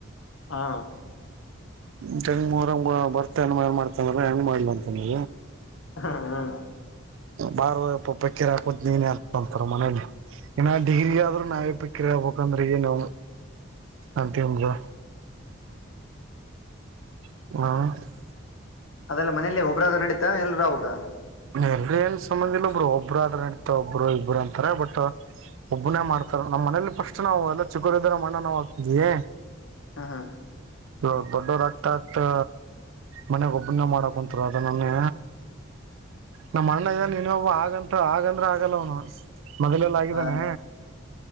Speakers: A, on the left; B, on the right.
A: ಹಾ
B: <unintelligible> ಬರ್ತ ಏನ್ ಮಾಡ್ತ ಅ್ರ ಹೆಂಗ್ ಮಾಡ್ಲ ಅಂತ ಹೇಳಿ
A: ಹಾ ಹಾ
B: ಬಾರಪ್ಪ ಯಪ್ಪಾ ಪಕ್ಕಿರ ಹಾಕುದ ನೀನೇ ಅಂತಾರ ಮನೇಲಿ ಏನ ಡಿಗ್ರಿ
A: ಹೌದಾ
B: ಆದ್ರರು ನಾವೇ ಪಕ್ಕಿರಿ ಹಗ್ಬೇಕ ಅಂದ್ರೆ ಏನು ಅಂತಂದ್ರ
A: <inaudible>
B: ಹ್ಮ
A: ಅದೆಲ್ಲ ಮನೇಲ್ಲೇ ಒಬ್ಬರಾದ ನಡೀತ ಎಲ್ಲರು ಹೋಗಬೇಕ
B: ಎಲ್ರ ಏನ್ ಸಂಬಂಧ ಇಲ್ಲ ಬ್ರೋ ಒಬ್ಬರು ಆದ್ರ ನೆಡಿತಾದ ಪರವಾಗಿಲ್ಲ ಬಿಡು ಅಂತಾರ ಬಟ್ ಒಬ್ಬನೇ ಮಾಡ್ತಾರ ನಮ್ಮ್ ಮನೇಲಿ ಫಸ್ಟ್ ನಾವು ಎಲ್ಲ ಚಿಕ್ಕೋರು ಇದ್ದಾಗ ನಮ್ಮ್ ಅಣ್ಣ ನಾ ಹೋಗ್ತಿದೀವಿ
A: ಹಾ ಹಾ
B: ಈವಾಗ ದೊಡ್ಡವರು ಆಗ್ತಾ ಆಗ್ತಾ ಮನೆಗ್ ಒಬ್ಬನ ಮಾಡಕ ಕುಂತರ ಅದು ನನ್ನೇ ನಮ್ಮ ಅಣ್ಣ ಇದ ನೀನ್ ಒಬ್ಬ ಆಗಂತ ಆಗಂದ್ರ ಆಗಲ್ಲ ಅವನು ಮೊದಲೆಲ್ಲ ಆಗಿದ್ದಾನೆ
A: ಹ